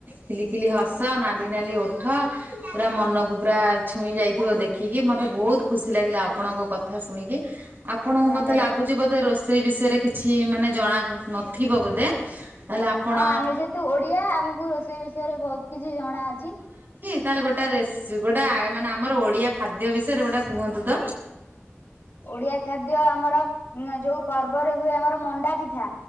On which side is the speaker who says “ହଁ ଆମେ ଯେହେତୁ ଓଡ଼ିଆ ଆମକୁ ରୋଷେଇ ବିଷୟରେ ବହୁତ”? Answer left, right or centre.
Left